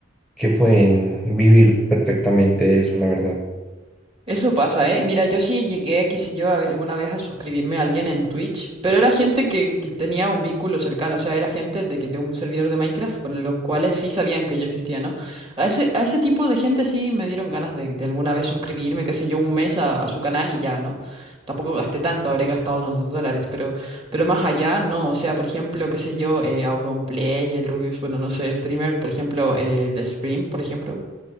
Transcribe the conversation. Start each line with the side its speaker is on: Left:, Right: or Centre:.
Centre: que pueden vivir perfectamente de eso, la verdad.
Right: Eso pasa, ¿eh? Mira, yo sí llegué, qué sé yo, a- alguna vez a suscribirme a alguien en Twitch, pero era gente que, que tenía un vínculo cercano, o sea, era gente de, que, de un servidor de Minecraft con los cuales sí sabían que yo existía, ¿no? A ese, a ese tipo de gente sí me dieron ganas de, de alguna vez suscribirme, qué sé yo, un mes a, a su canal y ya, ¿no? Tampoco gasté tanto, habré gastado unos dos dólares, pero, pero más allá, no, o sea, por ejemplo, qué sé yo, eh, Auronplay, el Rubius, bueno, no sé, streamer, por ejemplo, eh, el Stream, por ejemplo.